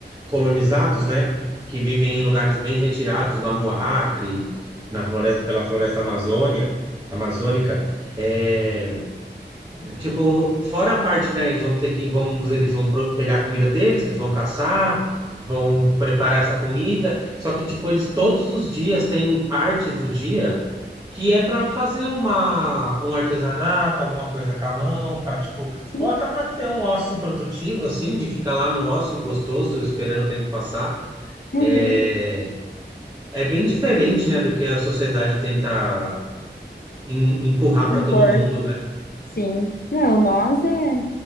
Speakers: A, on the right (about 20°); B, on the left (about 55°).
A: colonizados, né? Que vivem em lugares bem retirados, lá no Acre, na floresta, pela floresta Amazônia, amazônica, é Tipo, fora a parte, né? Eles vão ter que, vamos dizer que eles vão pro- pegar a comida deles, que eles vão caçar, vão preparar essa comida. Só que, tipo, eles todos os dias têm partes do dia que é para fazer uma, um artesanato, alguma coisa com a mão, para tipo,
B: sim,
A: ou até para ter um ócio produtivo, assim, de ficar lá no ócio gostoso, esperando o tempo passar.
B: uhum,
A: É, é bem diferente, né, do que a sociedade tenta em- empurrar para
B: impor
A: todo mundo, né?
B: Sim. Não, nós é,